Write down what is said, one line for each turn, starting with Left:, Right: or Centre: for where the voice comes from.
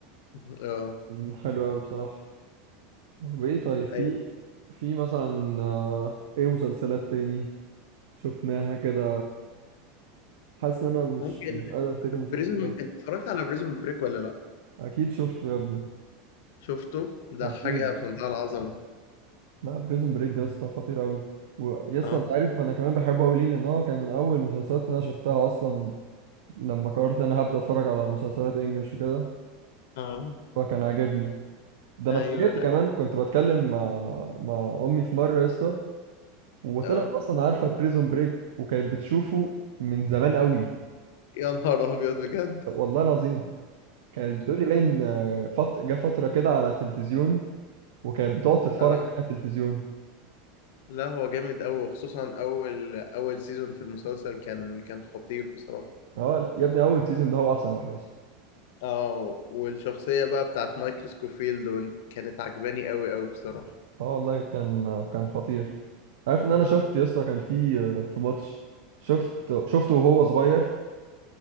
Left: <laughs> اه
Right: مم، حلو اوي بصراحه وايه طيب في
Left: ايوه
Right: في مثلا آه، ايه مسلسلات تاني شفناها كده حاسس ان انا مش
Left: ممكن
Right: مش قادر افتكر
Left: بريزون
Right: مسلسلات
Left: انت اتفرجت على بريزون بريك ولا لا
Right: اكيد شفته يا ابني
Left: شفته ده
Right: اكيد
Left: حاجة في منتهى العظمة
Right: لا بريزون بريك ده يا اسطى خطير قوي ويا اسطى
Left: اه
Right: انت عارف انا كمان بحبه قوي ليه لان هو كان من اول المسلسلات اللي انا شفتها اصلا لما قررت ان انا هبدا اتفرج على مسلسلات انجلش وكده
Left: اه
Right: فكان عاجبني ده انا
Left: ايوه
Right: اتفاجئت
Left: لا
Right: كمان كنت بتكلم مع مع امي في مره يا اسطى وطلعت
Left: اه
Right: اصلا عارفه بريزون بريك وكانت بتشوفه من زمان قوي
Left: يا نهار ابيض بجد
Right: طب والله العظيم كانت بتقولي باين آه، فت... جه فتره كده على التلفزيون وكانت بتقعد تتفرج
Left: اه
Right: على التلفزيون
Left: لا هو جامد قوي وخصوصا اول اول سيزون في المسلسل كان كان خطير بصراحة
Right: اه لا يا ابني اول سيزون ده هو احسن واحد اصلا
Left: اه والشخصية بقى بتاعت مايكل سكوفيلد ون- كانت عجباني قوي قوي بصراحة
Right: اه والله كان كان خطير عارف ان
Left: اه
Right: انا شفت يا اسطى كان في في ماتش شفت شفته وهو صغير